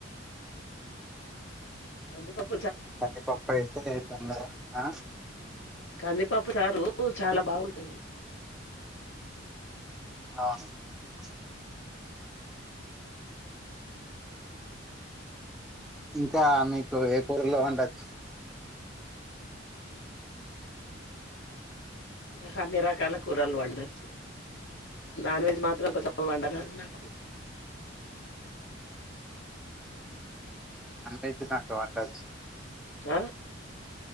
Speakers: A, on the left (about 75°); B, in the centre.
A: కంది పప్
B: కంది పప్పు అయితే తొందరన
A: కందిపపపు సారు చాలా బాగుంటుంది
B: అవును ఇంకా మీకు ఏ కూరలో ఉండది
A: నాకు అన్ని రకాల కూరలు వండొద్దు నాన్ వెెజ్ మాత్రం కొంచెం వండరాదు నాకు
B: నాన్ వెెజ్ నాకు వండచ్చు
A: ఆ